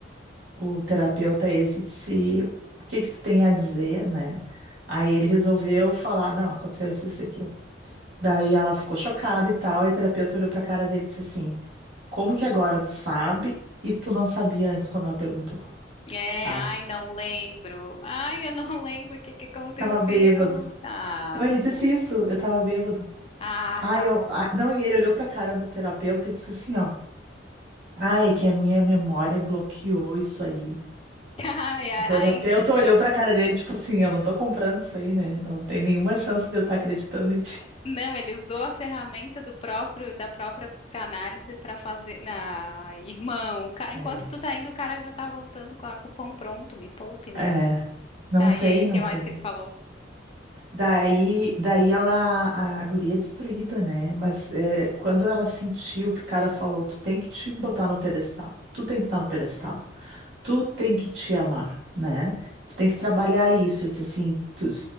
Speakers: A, on the right; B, on the left.
A: o terapeuta esse disse, o que que tu tem a dizer, né? Aí ele resolveu falar, não, aconteceu isso, isso, e aquilo. Daí ela ficou chocada e tal, aí o terapeuta olhou pra cara dele e disse assim, como que agora tu sabe e tu não sabia antes quando ela perguntou,
B: É,
A: sabe?
B: ai, não lembro. Ai, eu não <laughs> lembro o que que aconteceu.
A: Tava bêbado.
B: Ah,
A: Não,
B: me
A: ele disse
B: poupa.
A: isso, eu tava bêbado.
B: Ah,
A: Aí
B: tá
A: eu,
B: bom.
A: ah, não, e ele olhou pra cara do terapeuta e disse assim, ó, ah, é que a minha memória bloqueou isso aí.
B: <laughs> Ai, a-
A: O terapeuta
B: ainda
A: olhou pra cara dele, tipo assim, eu não tô comprando isso aí, né? Não tem nenhuma chance de eu estar acreditando em ti.
B: não, ele usou a ferramenta do próprio da própria psicanálise para fazer. Ah, irmão, o ca- enquanto
A: É,
B: tu tá indo, o cara já tá voltando com a- com o pão pronto. Me poupe, né?
A: é, não
B: Tá,
A: tem,
B: e aí, o
A: não
B: que
A: tem.
B: mais que ele falou?
A: Daí, daí ela, a guria é destruída, né? Mas é, quando ela sentiu que o cara falou, tu tem que te botar no pedestal, tu tem que estar no pedestal, tu tem que te amar, né? Tu tem que trabalhar isso. Ele disse assim, tu-